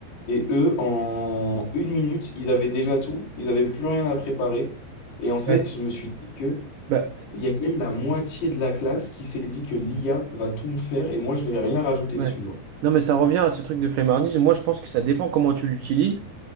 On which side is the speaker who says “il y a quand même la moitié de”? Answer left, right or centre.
Left